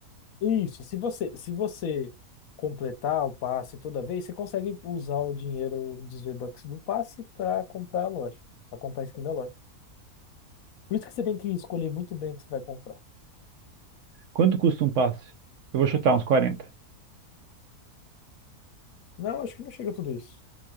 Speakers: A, on the left; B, on the right.
A: Isso, se você, se você completar o passe toda vez, você consegue usar o dinheiro dos V-Bucks do passe para comprar a loja, para comprar a skin da loja. Por isso que você tem que escolher muito bem o que você vai comprar.
B: Quanto custa um passe? Eu vou chutar uns 40.
A: Não, acho que não chega a tudo isso.